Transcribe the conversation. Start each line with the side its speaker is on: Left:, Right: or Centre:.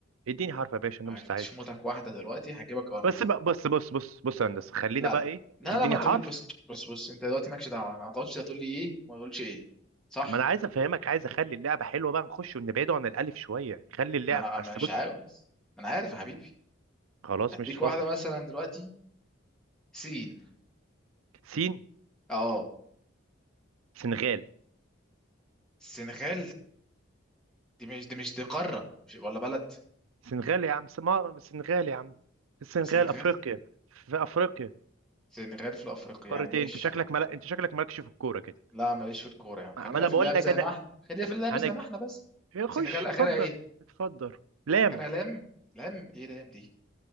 Right: اديني حرف يا باشا انا
Centre: هديش
Right: مستعد
Centre: موتك واحدة دلوقتي هجيبك أرض
Right: بس بقى بص بص بص بص يا هندسة خلينا
Centre: لا
Right: بقى
Centre: لا
Right: ايه
Centre: لا
Right: اديني
Centre: لا ما تقولي
Right: حرف
Centre: بص بص بص انت دلوقتي مالكش دعوه ما تقعدش تقول لي ايه وما تقولش ايه صح
Right: ما انا عايز افهمك عايز اخلي اللعبة حلوة بقى نخش ونبعده عن الالف شوية خلي اللعب
Centre: ما انا مش
Right: بس بص
Centre: عاوز ما انا عارف يا حبيبي
Right: خلاص
Centre: هديك
Right: مش فاضل
Centre: واحده مثلا دلوقتي سين
Right: سين
Centre: اه
Right: سنغال
Centre: السنغال دي مش دي مش دي قاره مش ولا بلد
Right: سنغال يا عم سما سنغال يا عم السنغال
Centre: سنغال
Right: افريقيا في افريقيا
Centre: سنغال في افريقيا
Right: قارتين
Centre: يعني ماشي
Right: انت شكلك ملا... انت شكلك مالكش في الكورة كده
Centre: لا ماليش في الكوره يا عم خلينا
Right: ما ما انا
Centre: في
Right: بقول
Centre: اللعب
Right: لك
Centre: زي
Right: انا
Centre: ما احنا خلينا في اللعب
Right: انا
Centre: زي
Right: ج-
Centre: ما احنا بس
Right: إيه، خش
Centre: سنغال اخرها
Right: اتفضل
Centre: ايه
Right: اتفضل لام
Centre: اخرها لام لام ايه لام دي